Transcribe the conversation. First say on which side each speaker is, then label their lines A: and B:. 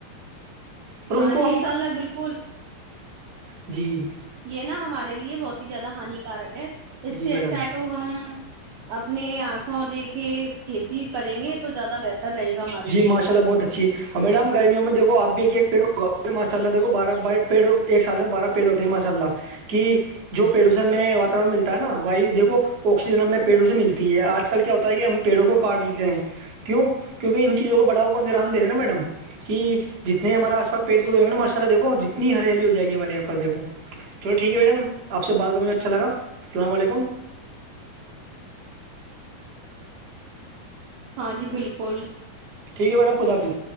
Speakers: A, on the right; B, on the right.
A: اور
B: ہاں
A: ان کو
B: جی
A: ہم
B: ساللہ بالکل
A: جی
B: یہ نا ہمارے لیے بہت ہی زیادہ ہانیکارک ہے اس
A: جی
B: سے اچھا
A: میڈم
B: تو ہم اپنے آنکھوں دیکھے کھیتی کریں گے تو زیادہ بہتر رہے گا ہمارے
A: جی
B: لیے
A: ماشاء اللہ بہت اور میڈم گرمی میں دیکھ آ ا بھی ایک پیڑ ہوگا ماشاء اللہ دیکو بارہ ب پیڑوں ایک سال میں بارہ پیڑ ہوتے ماشاءاللہ کہ جو پیڑوں سے ہمیں واورن ملتا ہے نا وایو دیکو آکسیجن ہمیں پیڑوں سے ملتا تی ہے آج کل کیا ہوتا ہے کہ ہم پیڑوں کو کاٹ لیتے ہیں کیوں کیونکہ ان چیزوں کو بڑھاؤ کون دے رہے نا میڈم کہ جتنے ہمارے آس پاس پیڑ پودے ہو گ نا ماشا اللہ دیکھو جتنی ہریالی ہو جائے گی ہمارے یہاں پر دیکو چلو ٹھیک ہے بھ جان آپ سے بات کروں مجھے اچھا لگا السلام علیکم
B: ہاں جی بالکل کل
A: ٹھیک ہے میڈم خدا حافظ